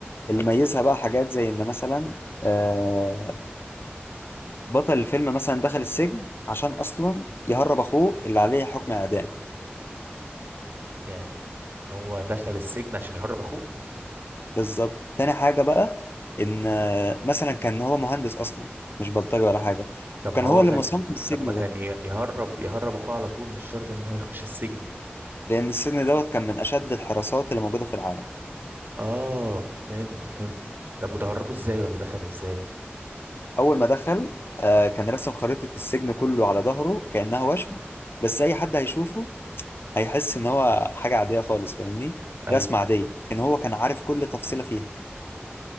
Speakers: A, on the left; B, on the right.
A: اللي ميزها بقى حاجات زي ان مثلا آه بطل الفيلم مثلا دخل السجن عشان اصلا يهرب اخوه اللي عليه حكم اعدام
B: يعني هو دخل السجن عشان يهرب اخوه
A: بالظبط تاني حاجة بقى ان آه، مثلا كان هو مهندس اصلا مش بلطجي ولا حاجة
B: طب
A: وكان
B: ما
A: هو
B: هو
A: اللي
B: كان
A: مصمم السجن
B: طب ما كان
A: ده
B: ي- يهرب يهرب اخوه على طول مش شرط ان هو يخش السجن
A: لان السجن دوت كان من اشد الحراسات اللي موجودة في العالم
B: اه فهمت فهمت طب وده هربه ازاي ولا دخل ازاي
A: اول ما دخل آه كان رسم خريطة السجن كله على ظهره كأنها وشم بس اي حد هيشوفه هيحس ان هو حاجة عادية خالص فاهمني
B: ايوه
A: رسمة عادية لكن هو كان عارف كل تفصيلة فيها